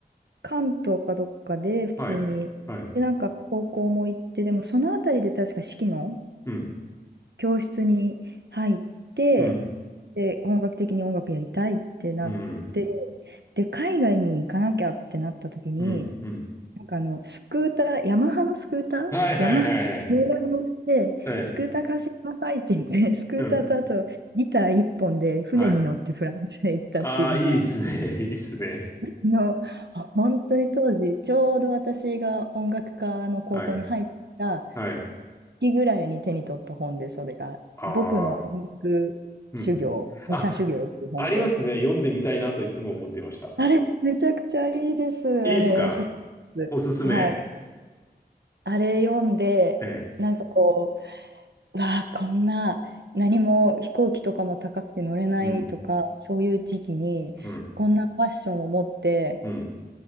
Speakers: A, on the right; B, on the left.
A: 関東かどっかで普通に、
B: はい。はい。
A: で、なんか高校も行って、でもそのあたりで確か四季の、
B: うん。
A: 教室に入って、
B: うん。
A: で、本格的に音楽やりたいってなって、
B: うん。
A: で、海外に行かなきゃってなった時に、
B: うん。うん。
A: なんかあの、スクーター、ヤマハのスクーター、
B: はいはいはいはい。
A: ヤマハの願いをして、
B: はい。
A: スクーター貸してくださいって言って、スクーターとあとギター一本で船に乗ってフランスへ行ったっていうのが、
B: うん。はい。ああ、いいですね。<laughs> いいですね。
A: の、本当に当時、ちょうど私が音楽科の高校に入った
B: はい。はい。
A: 期ぐらいに手に取った本で、それが、
B: ああ、
A: 僕の音楽修行、
B: うん。
A: 武者修行っていう本で、
B: あ、ありますね。読んでみたいなといつも思っていました。
A: あれ、めちゃくちゃいいです。あれ、
B: いいですか
A: おすすめです。
B: おすすめ。
A: はい。あれ読んで、
B: ええ。
A: なんかこう、うわあ、こんな、何も飛行機とかも高くて乗れないとか、
B: うん、
A: そういう時期に、
B: うん、
A: こんなファッションを持って、
B: うん、